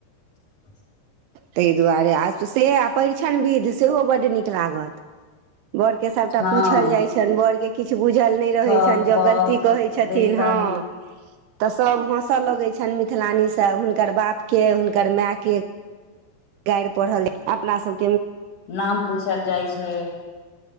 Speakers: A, on the left; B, on the right.
A: <inaudible>
B: ताहि दुआरे आ से परिछनक विधि सेहो बड्ड नीक लगैत छै। बड़के सभटा
A: हँ
B: पूछल जाइत छनि, बड़के। किछु बुझल नहि रहैत
A: थक
B: छनि, जँ
A: बक
B: गलती कहैत छथिन
A: बेसन
B: हँ। तऽ सभ हँसय लगैत छनि, मिथिलानीसँ हुनकर बापके, हुनकर मायके। गारि पढ़ल अपना सभ।
A: नाम पूछल जाइ छै